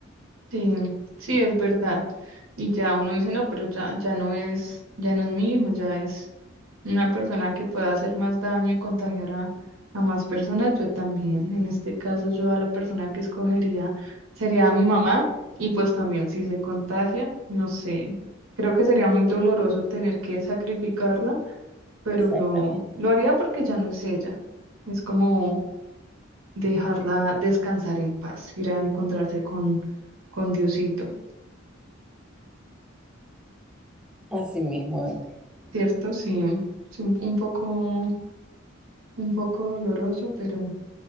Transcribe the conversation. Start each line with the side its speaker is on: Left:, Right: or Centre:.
Right: Sí, sí, es verdad. Y ya uno dice, no, pero ya, ya no es, ya no es mi hijo, ya es una persona que pueda hacer más daño y contagiar a, a más personas. Yo también, en este caso, yo a la persona que escogería sería a mi mamá y pues también si se contagia, no sé, creo que sería muy doloroso tener que sacrificarla, pero
Centre: Exactamente.
Right: lo, lo haría porque ya no es ella. Es como dejarla descansar en paz, ir a encontrarse con, con Diosito.
Centre: Así mismo es.
Right: Cierto, sí, es un, un poco, un poco doloroso, pero,